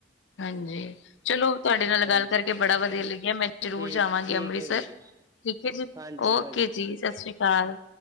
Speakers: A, on the left; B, on the right.
A: ਹਾਂਜੀ। ਚਲੋ, ਤੁਹਾਡੇ ਨਾਲ
B: ਹਾਂਜੀ
A: ਗੱਲ ਕਰਕੇ ਬੜਾ ਵਧੀਆ ਲੱਗਿਆ ਮੈਂ ਜ਼ਰੂਰ
B: ਠੀਕ
A: ਜਾਵਾਂਗੀ
B: ਠੀਕ
A: ਅੰਮ੍ਰਿਤਸਰ,
B: ਹੈ ਵੀਰੇ
A: ਠੀਕ ਹੈ ਜੀ।
B: ਹਾਂਜੀ
A: ਓਕੇ
B: ਹਾਂਜੀ
A: ਜੀ, ਸਤਿ ਸ਼੍ਰੀ ਕਾਲ।